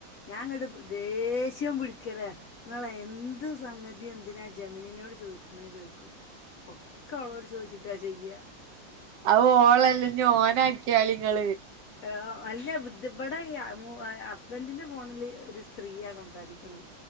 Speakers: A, on the left; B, on the right.
A: ഞാങ്ങണ്ട് ദേഷ്യം പിടിക്കലാ ഇങ്ങളെ എന്ത് സംഗതി എന്തിനാ ജെമിനിനോട് ചോയിക്കണ് ചോയിക്കും. ഒക്കെ ഓള്ളോട് ചോയിച്ചിട്ടാചെയ്യ.
B: അഹു ഓളല്ല ഓനാക്കിയാളിങ്ങള്
A: അഹ് അല്ല ഇത് ഇപടെ ഈ ഹസ്ബൻറിന്റെ ഫോണില് ഒരു സ്ത്രീയ സംസാരിക്ക ണ്